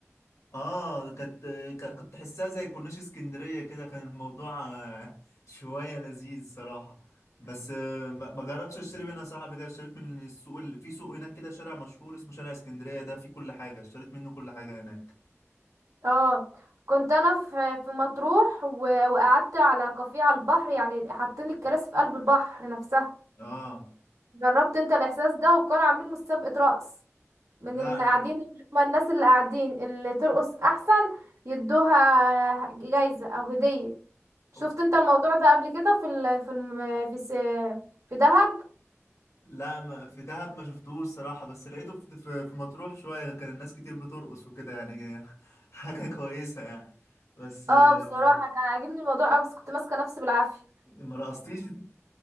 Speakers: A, on the left; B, on the right.
A: اه كانت ك- كنت تحسها زي كورنيش اسكندرية كده كان الموضوع <laughs> آه، شوية لذيذ صراحة بس آه، ما ما جربتش اشتري منها صراحة قبل كده اشتريت من السوق ال- في سوق هناك كده شارع مشهور اسمه شارع اسكندرية ده فيه كل حاجة اشتريت منه كل حاجة هناك
B: اه كنت انا في في مطروح و- وقعدت على كافيه على البحر يعني حاطين الكراسي في قلب البحر نفسها
A: اه
B: جربت انت الاحساس ده وكانوا عاملين مسابقه رقص من
A: لا
B: اللي
A: ال-
B: قاعدين هما الناس اللي قاعدين اللي ترقص احسن يدوها جايزة او هدية شفت
A: أوكي.
B: انت الموضوع ده قبل كده في ال... في الم... في س... في دهب
A: لا ما في دهب ما شفتوش صراحة بس لقيته في في- في مطروح شوية كان الناس كتير بترقص وكده يعني <laughs> حاجة كويسة يعني بس آه،
B: اه بصراحة كان عاجبني الموضوع اوي بس كنت ماسكة نفسي بالعافية
A: ما رقصتيش